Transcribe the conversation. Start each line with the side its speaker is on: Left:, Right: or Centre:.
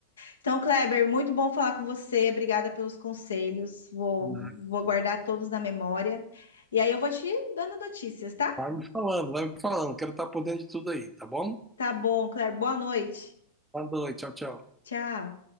Left: Então, Kleber, muito bom falar com você, obrigada pelos conselhos, vou,
Centre: né?
Left: vou guardar todos na memória. E aí eu vou te dando notícias, tá?
Centre: Vai me falando, vai me falando. Quero estar por dentro de tudo aí, tá bom?
Left: Tá bom, Claire. Boa noite.
Centre: Boa noite, tchau, tchau.
Left: Tchau.